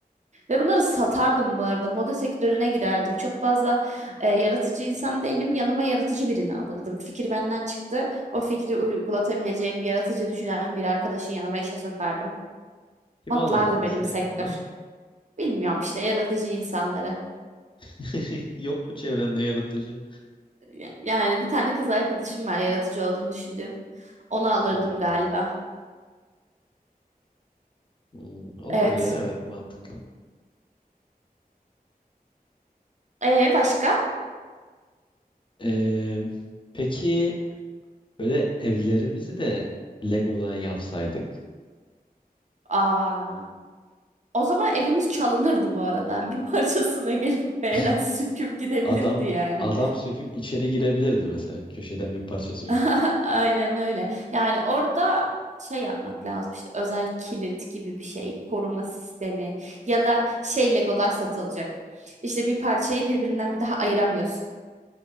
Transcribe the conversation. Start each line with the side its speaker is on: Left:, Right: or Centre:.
Right: Ve bunları satardım bu arada. Moda sektörüne girerdim. Çok fazla e, yaratıcı insan değilim. Yanıma yaratıcı birini alırdım. Fikir benden çıktı. O fikri uygulatabileceğim, yaratıcı düşünen bir arkadaşın yanıma işe sokardım.
Left: Kimi
Right: Patlardı
Left: alırdım mesela
Right: benim sektör.
Left: yanına?
Right: Bilmiyorum işte yaratıcı insanları.
Left: <laughs> Yok mu çevrende yaratıcı?
Right: Ya- Yani bir tane kız arkadaşım var yaratıcı olduğunu düşündüğüm. Onu alırdım
Left: Hmm,
Right: galiba.
Left: hmm, olabilir
Right: Evet.
Left: evet mantıklı.
Right: Ee başka?
Left: Ee, peki böyle evlerimizi de Lego'dan yapsaydık
Right: Aa. O zaman evimiz çalınırdı bu arada. <laughs> Bir parçasına gelip beğenen
Left: <laughs>
Right: söküp gidebilirdi
Left: adam
Right: yani.
Left: adam söküp içeri girebilirdi mesela köşeden bir parça söküp.
Right: <laughs> Aynen öyle. Yani orada şey yapmak lazım işte özel kilit gibi bir şey, koruma sistemi ya da şey Legolar satılacak. İşte bir parçayı birbirinden bir daha ayıramıyorsun.